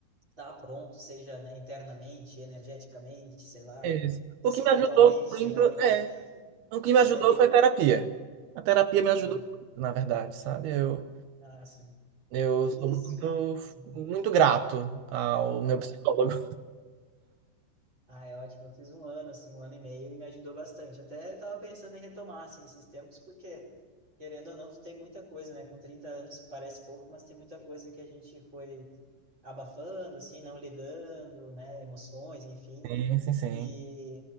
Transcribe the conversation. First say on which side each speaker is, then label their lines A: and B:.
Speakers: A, on the right; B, on the right.
A: tá pronto, seja, né, internamente, energeticamente, sei lá,
B: Isso.
A: espiritualmente,
B: O que me ajudou muito,
A: né?
B: é,
A: Quem,
B: o que
A: quem
B: me ajudou
A: é que...
B: foi a terapia. A terapia me ajudou
A: Aham.
B: muito, na verdade, sabe? Eu,
A: Ah, sim.
B: eu
A: Eu fiz...
B: sou muito,
A: Uhum.
B: muito grato ao meu
A: Aham.
B: psicólogo.
A: Ah, é ótimo. Eu fiz um ano, assim, um ano e meio e me ajudou bastante. Até estava pensando em retomar, assim, esses tempos, porque, querendo ou não, tu tem muita coisa, né? Com 30 anos parece pouco, mas tem muita coisa que a gente foi abafando, assim, não lidando, né? Emoções, enfim.
B: Sim, sim, sim.
A: E,